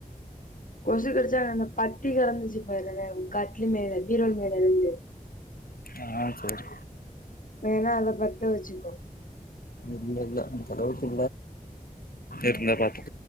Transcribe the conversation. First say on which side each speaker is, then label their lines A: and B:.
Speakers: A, on the left; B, on the left.
A: கொசு கடிச்சா அந்த பத்தி கடந்துச்சு பாருங்க மேல கட்லு மேல பீரோல் மேல இருந்து
B: ஆ சேரி
A: வேணா அத பத்த வச்சுக்கோ
B: இல்ல இல்ல அந்தளவுக்கு இல்ல
A: ம்